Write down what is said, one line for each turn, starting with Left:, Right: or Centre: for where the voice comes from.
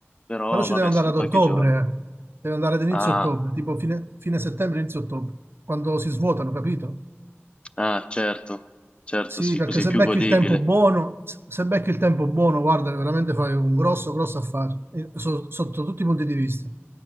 Left: però
Right: però ci
Left: vabbè,
Right: devi andare
Left: solo
Right: ad
Left: qualche
Right: ottobre,
Left: giorno.
Right: eh. Devi andare ad inizio
Left: Ah,
Right: ottobre, tipo fine, fine settembre, inizio ottobre, quando si svuotano, capito?
Left: ah, certo, certo,
Right: Sì,
Left: sì,
Right: perché
Left: così
Right: se
Left: è più
Right: becchi
Left: godibile.
Right: il tempo buono, se becchi il tempo buono, guarda, veramente fai un grosso, grosso affare, eh, so- sotto tutti i punti di vista.